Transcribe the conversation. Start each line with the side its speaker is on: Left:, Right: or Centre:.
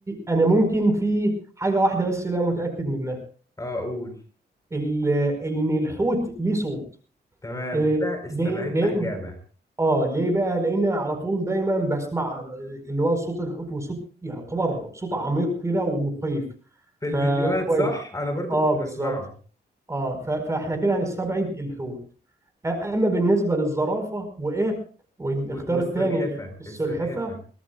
Right: انا ممكن في حاجه واحده بس لا متاكد منها
Left: اه اقول
Right: ال- ان الحوت ليه صوت
Left: تمام
Right: إيه،
Left: كده استبعدنا
Right: ليه لان
Left: إجابة
Right: اه ليه بقى لان على طول دايما بسمع آه، اللي هو صوت الحوت وصوت يعتبر صوت عميق كده ومخيف
Left: في الفيديوهات
Right: فكويس
Left: صح انا برضو
Right: اه
Left: كنت
Right: بالظبط
Left: بسمعه
Right: اه ف- فاحنا كده هنستبعد الحوت أ- اما بالنسبه للزرافه وايه والاختيار
Left: و- والسلحفة
Right: الثاني السلحفه
Left: السلحفة